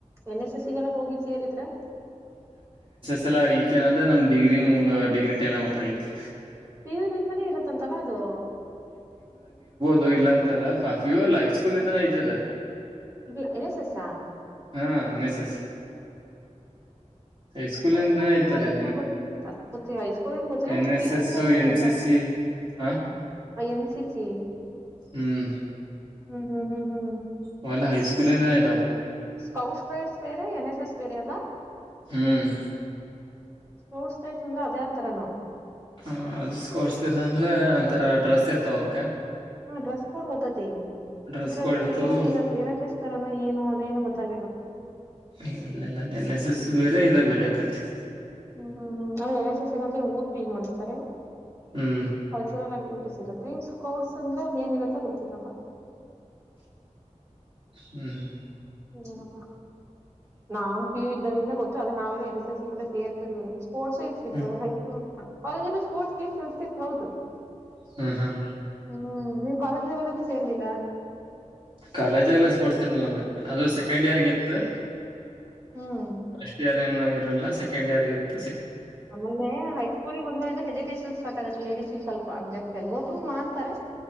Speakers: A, on the right; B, on the right.
A: ಎನ್ ಎಸ್ ಎಸ್ಸಿಗೆಲ್ಲ ಹೋಗಿ ಸೇರಿದ್ರ
B: ಸಲ ಈಚ ಏನ್ ಅಂದ್ರೆ ನಮ್ ಡಿಗ್ರಿ ಮುಗ್ ಡಿಗ್ರಿಟಮ್ನಾಗ ಗೊತ್ತಾಗತಿ
A: ಪಿ ಯು ನಿಂದಲೇ ಇರುತ್ತಂತಲ್ಲ ಅದು
B: ದು ಇಲ್ಲಾಂತಾಲ್ಲ ಪ ಪಿ ಯು ಅಲ್ಲ ಐ ಸ್ಕೂಲ್ ಇಂದಾನೆ ಐತದು
A: ಇದು ಏನ್ ಎಸ್ ಎಸ
B: ಹಾ N S S high school
A: I
B: ಇಂದಾನೇ
A: ಸ್ಕೂಲ್ ನಿಂದ
B: ಐತದೆ
A: ಇತ ಗೊತ್ತಿತ್ತ ಗೊತ್ತಲ ಐಸ್ಕೂಲ್ ನಿಂದ ಗೊತ್ತಲ
B: ಎನ್
A: ನಂಗ್
B: ಎಸ್
A: ಪಿ ಯು
B: ಎಸ್
A: ನಿಂದ ಇರದ್
B: ಎನ್
A: ಗೊತ್ತ್
B: ಸಿ ಸಿ ಹ
A: ಎನ್ ಸಿ ಸಿ
B: ಹ್ಮ್
A: ಹ್ಮ ಹ್ಮ್ ಹ್ಮ್ ಹ್ಮ್
B: ಹವೇಲ ಹೈಸ್ಕೂಲಿಂದನ ಇದು
A: ಸ್ಕೌಟ್ಸ್ ಗೈಡ್ಸ್ ಬೇರೆ ಎನ್ ಎಸ್ ಎಸ್ ಬೇರೆ ಅಲ್ಲಾ
B: ಹ್ಮ್
A: ಸ್ಕೌಟ್ಸ್ ಗೈಡ್ ಅಂದ್ರೆ ಅದು ಯಾವತರನೋ
B: ಹ ಸ್ಕೌಟ್ಸ್ ಗೈಡ್ಸ್ ಅಂದ್ರೆ ಒಂಥರ ಡ್ರೆಸ್ ಇರ್ತಾವ ಅವಕ್ಕೆೆ
A: ಹಾ ಟ್ರಸ್ ಕಡ್ ಗೊತ್ತತಿ
B: ಡ್ರೆಸ್
A: ಅಂದ್ರೆ
B: ಕೋಡ್
A: ಅದ್ರಲ್ಲಿ
B: ಇರ್ತವು
A: ಏನ್ ಇರುತೆ ಎನ್ ಎಸ್ ಎಸ್ ತರನ ಏನು ಅ ಏನು ಗೊತ್ತಾಗತಪ್ಪ
B: ಇಲ್ಲಿಲ ಎನ್ ಎಸ್ ಎಸ್ ಬೇರೆ ಇದ ಬೇರೆ ಆಕತ್ತೆ
A: ಹ್ಮ್ ಹ್ಮ್ ಹ್ಮ್ ಅದೆ ಎನ್ ಎಸ್ ಎಸ್ ಅಂದ್ರೆ ಊರ್ ಕ್ಲಿನ್ ಮಾಡಿಸ್ತಾರೆ
B: ಹ್ಮ್
A: ಕಲ್ಚರಲ್ ಅಕ್ ವಿಟಿಸ್ ಇರುತ್ತೆ ಸ್ಕೌಟ್ಸ್ ಅಂದ್ರೆ ಅದ ಏನಿರತ್ತೆ ಗೊತ್ತಿಲ್ಲ ಪ
B: ಹ್ಮ್ ಹ್ಮ್
A: ಇನ್ನೆನಪ ನಾವು ಫ್ಯೂ ಇದ್ದಾಗಿಂದ ಗೊತ್ತ ಅದು ನಾವ ಎನಸಸ್ಸ ಸೇರ್ತರ್ಲಿಲ್ಲ ಸ್ಪೋರ್ಟ್ಸ್ ಇರ್ತಿತ್ತು
B: ಹ್ಮ್
A: ಹೈಸ್ಕೂಲ್ ಕಾಲೇಜಲ್ಲ ಸ್ಪೋರ್ಟ್ಸ್ ಗಿಫ್ಸ್ ಇರ್ತಿತ್ತು ಹೌದು
B: ಹ್ಮ್ ಹ್ಮ್
A: ಹ್ಮ್ ನೀವ್ ಕಾಲೇಜ್ ಲೆವೆಲ್ಲ್ಲೂ ಸೇರ್ಲಿಲ್ಲ
B: ಕಾಲೇಜಾಗಲ್ಲ ಸ್ಪೋರ್ಟ್ಸ್ ಇರ ನಮ್ಗೆ ಅದು ಸೆಕೆಂಡ್ ಇಯರ್ಗ ಇತ್ತು
A: ಹ್ಮ್
B: ಫಸ್ಟ್ ಯಾರ್ ಏ ಇರಲ್ಲ ಸೆಕಂಡರೀಗ ಇತ್ತು.
A: ಆಮೇಲೆ ಹೈಸ್ಕೂಲ್ ಹೋದ್ಮೇಲೆ ಎಜುಕೇಶನ್ ಸ್ಟಾರ್ಟ ಆಗುತ್ತೆ ಲೇಡೀಸ್ ಸ್ವಲ್ಪ ಅಂದ್ರೆ ಕೆಲ ಒಬ್ರು ಮಾಡ್ತಾರೆ.